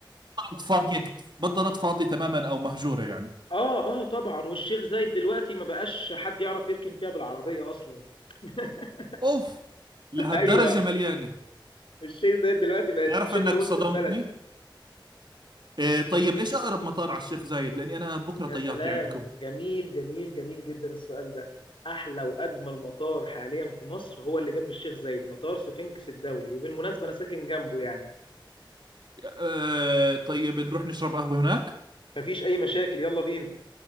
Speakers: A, on the right (about 60°); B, on the left (about 80°).
A: فاضيه كت- بطلت فاضيه تماما او مهجوره يعني
B: اه اه طبعا والشيخ زايد دلوقتي ما بقاش حد يعرف يركن فيها بالعربية اصلا <laughs>
A: اوف لهالدرجه
B: ايوه
A: مليانه
B: الشيخ زايد دلوقتي بقت
A: تعرف
B: شبه
A: انك
B: وسط
A: صدمتني
B: البلد
A: إيه طيب ايش اقرب مطار على الشيخ زايد لاني انا بكره
B: يا
A: طيارتي
B: سلام
A: عندكم
B: جميل جميل جميل جدا السؤال ده احلى واجمل مطار حاليا في مصر هو اللي جنب الشيخ زايد مطار سفنكس الدولي وبالمناسبة انا ساكن جنبه يعني
A: إيه طيب نروح نشرب قهوه هناك
B: مفيش اي مشاكل يلا بينا